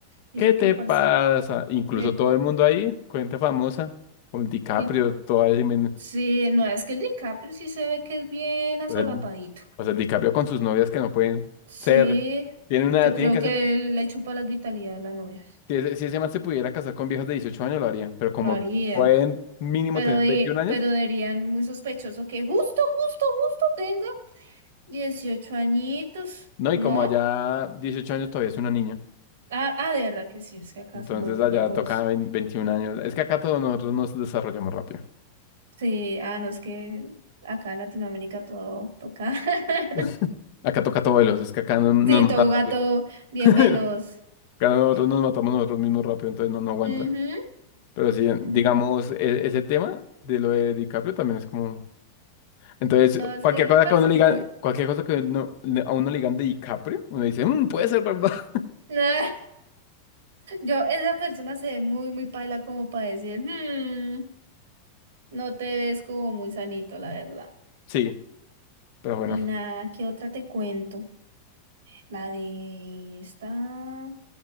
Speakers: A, on the right (about 65°); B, on the left (about 50°).
A: Y
B: ¿Qué
A: Eso
B: te
A: que el parce,
B: pasa? Incluso
A: el,
B: todo el mundo ahí, cuenta famosa, como el DiCaprio,
A: el-
B: toda ese men-
A: sí, no, es que el DiCaprio sí se ve que es bien asolapadito.
B: o sea, o sea, el DiCaprio con sus novias que no pueden
A: Sí,
B: ser, tienen una,
A: yo
B: tienen
A: creo
B: que
A: que
B: hacer,
A: él le chupa la vitalidad a la novia.
B: si ese, si ese man se pudiera casar con viejas de 18 años lo haría, pero como
A: Lo haría.
B: pueden mínimo
A: Pero,
B: tener
A: de-
B: veintiún años,
A: pero dirían muy sospechoso que justo, justo, justo tenga 18 añitos,
B: No,
A: ¿no?
B: y como allá 18 años todavía es una niña,
A: Ah, ah, de verdad que sí, es que acá
B: entonces
A: somos los
B: allá
A: únicos.
B: toca vein- 21 años. Es que acá todos nosotros nos desarrollamos rápido.
A: Sí, ah, no, es que acá en Latinoamérica todo toca. <laughs>
B: <laughs> Acá toca todo veloz, es que acá no- nos
A: Sí,
B: matan
A: todo gato
B: rápido.
A: bien
B: <laughs>
A: veloz.
B: Acá nosotros nos
A: Y-
B: matamos nosotros mismos rápido, entonces no, no aguanta.
A: ujú,
B: Pero sí, digamos,
A: mm.
B: e- ese tema de lo de DiCaprio también es como... Entonces,
A: No, es
B: cualquier
A: que
B: cosa
A: el parcerito.
B: que a uno le digan, cualquier cosa que uno- le- a uno le digan de DiCaprio, uno dice, "Mm, puede ser, ¿verdad? <laughs>
A: <laughs> Yo, esa persona se ve muy, muy paila como para decir, "Mm, no te ves como muy sanito, la verdad.
B: Sí, pero bueno,
A: Y nada, ¿qué otra te cuento? La de esta,